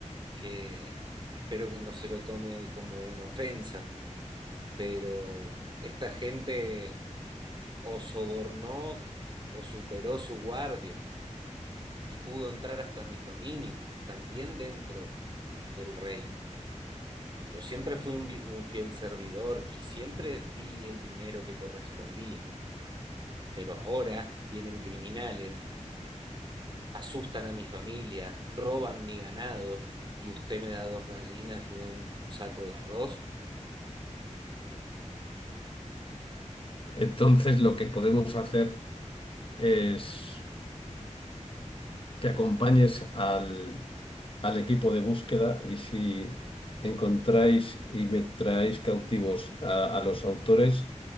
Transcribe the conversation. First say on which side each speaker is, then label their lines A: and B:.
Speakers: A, on the right; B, on the left.
A: que espero que no se lo tome como una ofensa, pero esta gente o sobornó o superó su guardia y pudo entrar hasta mis dominios, que están bien dentro del reino. Yo siempre fui un, vi- un fiel servidor y siempre di el dinero que correspondía, pero ahora vienen criminales, asustan a mi familia, roban mi ganado y usted me da dos gallinas y un saco de arroz.
B: Entonces, lo que podemos hacer es que acompañes al, al equipo de búsqueda y si encontráis y me traéis cautivos a, a los autores,